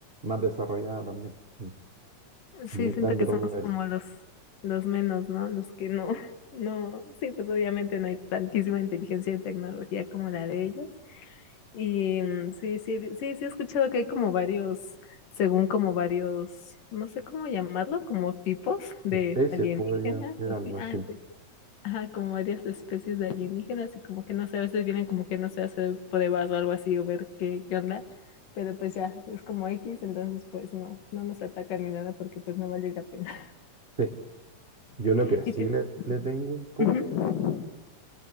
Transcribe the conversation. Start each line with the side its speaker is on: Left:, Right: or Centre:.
Right: más desarrollada también. eh,
Left: Sí,
Right: Es muy
Left: siento
Right: grande
Left: que
Right: el
Left: somos
Right: universo.
Left: como los, los menos, ¿no? Los que no, <laughs> no, sí, pues obviamente no hay tantísima inteligencia y tecnología como la de ellos. Y mm, sí, sí, sí, sí he escuchado que hay como varios, según como varios, no sé cómo llamarlo, como tipos de
Right: Especies
Left: alienígenas,
Right: podrían ser
Left: o
Right: algo
Left: así,
Right: así.
Left: ah, sí. Ajá, como varias especies de alienígenas y como que no sé, a veces vienen como que no sé, a hacer pruebas o algo así o ver qué, qué onda, pero pues ya, es como X, entonces pues no, no nos atacan ni nada porque pues no vale la pena.
Right: Sí, yo
Left: <laughs>
Right: lo que
Left: Y
Right: sí
Left: tiene...
Right: le, le tengo un poco,
Left: Ujú. <laughs>
Right: de- o